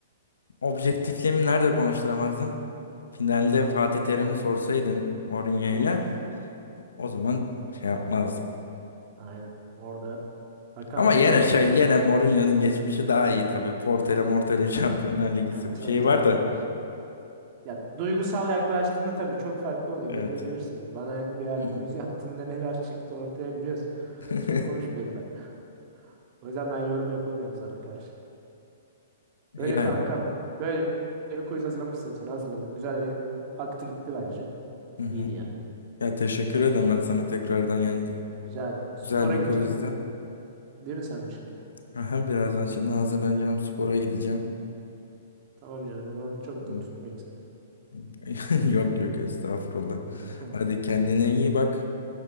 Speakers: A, on the left (about 85°); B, on the right (about 40°).
A: objektifliğimi nerede konuşturamazdım? Finalde Fatih Terim'i sorsaydın Mourinho
B: Of.
A: ile o zaman şey yapmazdım.
B: Aynen. Orada akan
A: Ama yine
B: sular durabilir.
A: şey yine Mourinho'nun geçmişi daha iyi tabii. Porto'yla Morto'yla Şampiyonlar Ligi
B: Ya tabii
A: şeyi
B: tabii.
A: var da
B: Ya duygusal yaklaştığında tabii çok farklı oluyor.
A: Evet.
B: Beni de bilirsin. Bana bir ara
A: Hı hı.
B: quiz yaptığında neler çıktı ortaya biliyorsun.
A: <laughs>
B: Çok konuşmayayım ben. <laughs> O yüzden ben yorum yapamıyorum sana karşı.
A: Yani.
B: Öyle kankam. Böyle bir quiz hazırlamak istedim sana. Hazırladım. Güzel de aktı gitti bence.
A: Hı hı.
B: İyiydi yani.
A: Ya teşekkür ederim ben sana tekrardan yani
B: Güzel. Spora
A: güzel bir
B: gideceksin.
A: quizdi.
B: Değil mi sen bu şimdi?
A: Aha, birazdan şimdi hazırlanacağım
B: Ha,
A: spora gideceğim.
B: tamam canım. O zaman çok
A: Hı.
B: da tutmayayım seni.
A: <laughs> Yok yok estağfurullah.
B: <laughs>
A: Hadi kendine iyi bak.